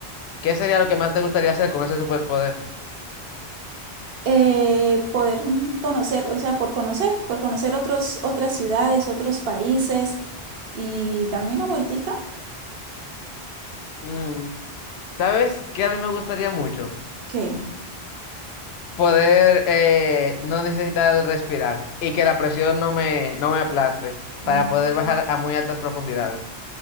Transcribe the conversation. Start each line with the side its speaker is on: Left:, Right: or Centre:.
Left: ¿Qué sería lo que más te gustaría hacer con ese superpoder?
Right: eh, poder mm, conocer, o sea, por conocer, por conocer otros, otras ciudades, otros países y darme una vueltica.
Left: Mm, ¿sabes qué a mí me gustaría mucho?
Right: ¿Qué?
Left: Poder eh, no necesitar respirar y que la presión no me, no me aplaste para
Right: Mm,
Left: poder bajar a muy altas profundidades,